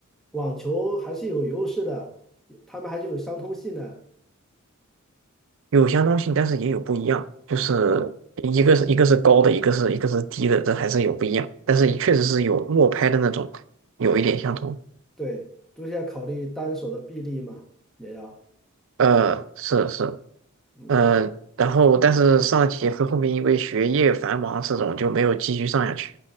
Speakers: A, in the centre; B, on the right.
A: 网球还是有优势的，他们还是有相通性的。
B: 有相通性，但是也有不一样，就是一个是一个是高的，
A: 对
B: 一个是一个是低的，这还是有不一样，但是确实是有默拍的那种有一点相通。
A: 对，都是要考虑单手的臂力嘛，也要，
B: 呃，是是，
A: 嗯
B: 嗯、呃，然后但是上几节课后面因为学业繁忙这种就没有继续上下去。